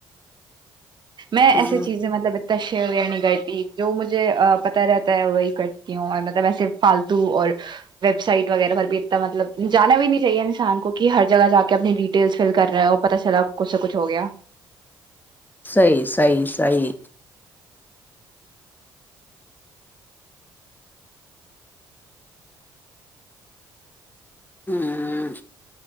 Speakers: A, on the right; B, on the left.
A: میں
B: ہاں
A: ایسی چیزیں مطلب تش نی کرتی جو مجھے پتہ رہتا ہے وہی کرتی ہوں اور مطلب ایسے فالتو اور ویب سائٹ وغیرہ پرھر بھی اتنا مطلب جانا بھی نہیں چاہیے انسان کو کہ ہر جگہ جا کے اپنی ڈٹیلس فل کر رہے ہو پتا چلا اس سے کچھ ہو گیا
B: سہی سہی سہی ہوں